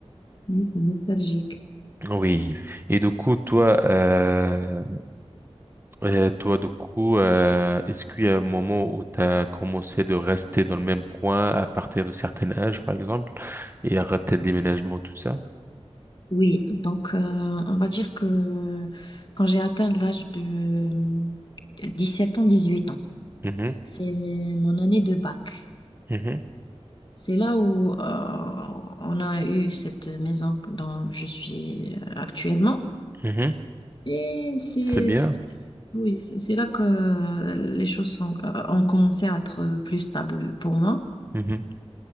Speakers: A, on the left (about 45°); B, on the right (about 20°).
A: Oui, c'est nostalgique.
B: Oui. Et du coup, toi, euh, Et toi, du coup, euh, est-ce qu'il y a un moment où tu as commencé de rester dans le même coin à partir de certains âges, par exemple, et arrêter le déménagement, tout ça?
A: Oui, donc euh, on va dire que quand j'ai atteint l'âge de hum, sept ans, dix huit ans,
B: Mhm,
A: c'est mon année de bac.
B: mhm,
A: C'est là où euh, on a eu cette maison dont je suis euh, actuellement.
B: mhm.
A: Et c'est,
B: C'est bien.
A: c'est- oui, c'est c'est là que les choses sont, euh, ont commencé à être plus stables pour moi.
B: Mhm.